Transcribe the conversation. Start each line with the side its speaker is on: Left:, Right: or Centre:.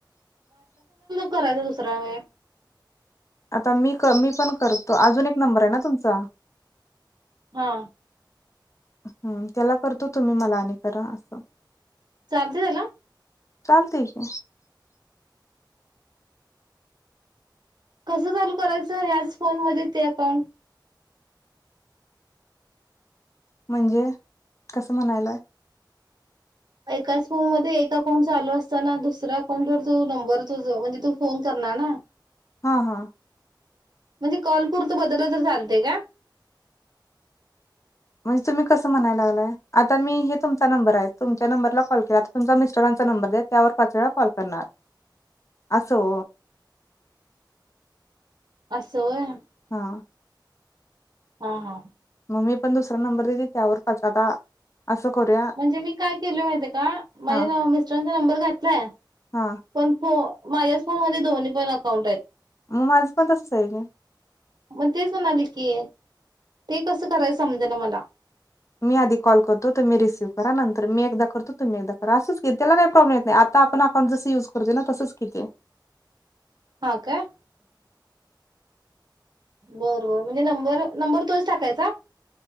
Right: करायचं दुसरा्या व
Left: आता मी मी पण करतो अजून एक नंबर आहे ना तुमचा
Right: हम
Left: हम्म त्याला करतो तुम्ही मला आणि करा असं
Right: चार्जेसला
Left: चालते की.
Right: कसं चालू करायचं? ह्याच फोन मध्ये ते अकाउंट.
Left: म्हणजे, कसं म्हणायलाय?
Right: एकाच फोन मध्ये एक अकाउंट चालू असताना. दुसऱ्या अकाउंट वर तू नंबर तुझ म्हणजे तू फोन करणार ना.
Left: हा हा.
Right: म्हणजे कॉल पूरत बदल तर चालतय काय?
Left: म्हणजे तुम्ही कसं म्हणाय लागलाय? आता मी हे तुमचा नंबर आहे, तुमच्या नंबरला कॉल केला आता तुमच्या मिस्टरांचा नंबर दया त्यावर पाच वेळा कॉल करणार, अस ओ.
Right: अस व्हय.
Left: हा.
Right: हा हा.
Left: मम्मी पण दुसरा नंबर दिली, त्यावर पाच आता. असं करूया
Right: म्हणजे मी काय केलोय माहिती आहे का. माझ्या
Left: हा
Right: नव मिस्टरांच नंबर घातलाय.
Left: हा
Right: पण फो माझ्याच फोन मध्ये दोन्ही पण अकाउंट आहेत.
Left: मग माझं पण तसंच आहे की.
Right: मग तेच म्हणाले की, ते कसं करायचं समज ना मला.
Left: मी आधी कॉल करतो तुम्ही रिसिव्ह करा. नंतर मी एकदा करतो तुम्ही एकदा करा असंच की त्याला काही प्रॉब्लेम येत नाही. आता आपण अकाउंट जसं युज करतो ना तसंच की ते.
Right: हा काय? बर बर म्हणजे नंबर नंबर तोच टाकायचा?